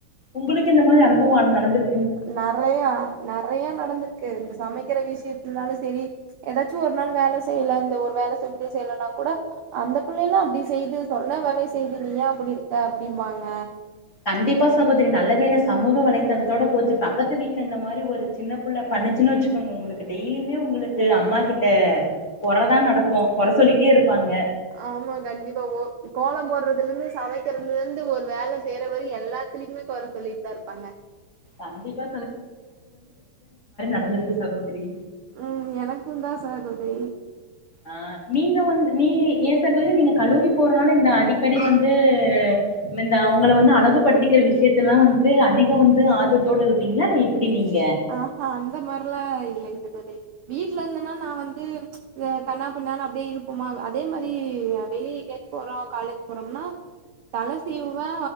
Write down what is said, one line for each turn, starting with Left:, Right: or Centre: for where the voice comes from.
Left: உங்ளுக்கு இந்த மாரி அனுபவோ நடந்திரு
Right: நெறையா நெறையா நடந்திருக்கு இந்த சமைக்கற விஷயத்னால சேரி எதாச்சு ஒரு நாள் வேல செய்ல இந்த ஒரு வேல செஞ்சி செய்லனா கூட அந்த புள்ளைலா அப்டி செய்து சொன்ன வேலைய செய்து நீ ஏ அப்டி இருக்க அப்டிம்பாங்க
Left: கண்டிப்பா சகோதிரி நல்லவேல சமூக வலை தடத்தோட போச்சுதா பக்கத்து வீட்ல இந்த மாரி ஒரு சின்ன புள்ள பண்ணுச்சுனு வெச்சு ஒங்ளுக்கு டெய்லியுமே ஒங்ளுக்கு அம்மா கிட்ட கொறதா நடக்கு கொற சொல்லிட்டே இருப்பாங்க
Right: ஆமா கண்டிப்பா ஓ கோலம் போடுறதுல இருந்து சமைக்றதுல இருந்து ஒரு வேல செய்ற வரியு எல்லாத்துலயுமே கொற சொல்லிட்டு தா இருப்பாங்க
Left: கண்டிப்பா நடந்துருக்கு சகோதிரி
Right: உம் எனக்குந்தா சகோதிரி
Left: ஆஹ் நீங்க வந்து நீ ஏ சகோதிரி நீங்க கல்லூரி போறனால இந்த அடிக்கடி வந்து மெந்த ஒங்கள வந்து அழகுபடுத்திக்கிற விஷயத்தெல்லா வந்து அதிகோ வந்து ஆர்வத்தோடு இருப்பீங்ளா இல்ல இப்டி நீங்
Right: ஆஹ்ஹ அந்த மாதிரிலாம் இல்லை வீட்டுல இருந்தேன்னா நான் வந்து ம்ச் இந்த கண்ணா பின்ண்ணானனு அப்படியே இருப்போமா அதே மாதிரி வெளியே எங்கோச்சும் போறோம் காலேஜ் போறோம்னா தலை சேவுவே